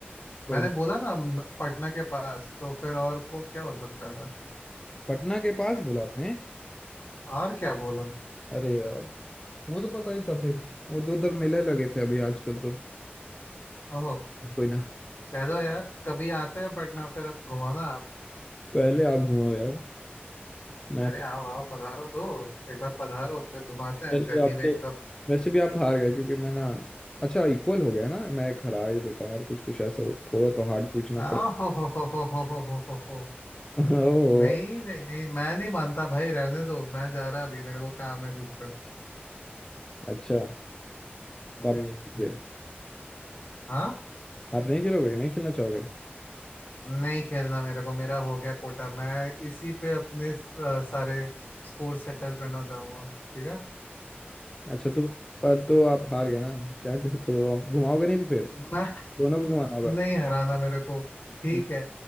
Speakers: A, on the left; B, on the left.
A: कोई
B: मैंने
A: ना
B: बोला ना न- पटना के पास तो फिर और को क्या हो सकता है फिर
A: पटना के पास बोला आपने
B: और क्या बोला
A: अरे यार वो तो पता ही था फिर वो दो उधर मेले लगे थे अभी आजकल तो
B: ओहो
A: कोई ना
B: चलो यार कभी आते हैं पटना फिर अब घुमाना आप
A: पहले आप घुमाओ यार मैं
B: अरे आओ आओ पधारो तो एक बार पधारो फिर घुमाते हैं
A: पर ये
B: गर्मी
A: आप
B: में
A: तो
B: एकदम
A: वैसे भी आप हार गए क्योंकि मैं ना अच्छा इक्वल हो गया ना मैं एक हरा ही देता हूँ यार कुछ कुछ ऐसा हो- थोड़ा तो हार्ड पूछना पड़े
B: आओ हो हो हो हो हो हो हो हो हो।
A: <laughs> ओह
B: नहीं नहीं नहीं मैं नहीं मानता भाई रहने दो मैं जा रहा अभी मेरे को काम है दूसरा
A: अच्छा
B: जी
A: तो आप नहीं खेलोगे
B: हाँ
A: आप नहीं खेलोगे नहीं खेलना चाहोगे
B: नहीं खेलना मेरे को मेरा हो गया कोटा मैं इसी पे अपने स- सारे स्कोर सेटल करना चाहूंगा ठीक है
A: अच्छा तो पर तो आप हार गए ना क्या कहते हो आप घुमाओगे नहीं तो फिर
B: मैं
A: दोनों को घुमाना होगा
B: नहीं हराना मेरे को ठीक
A: हम्म,
B: है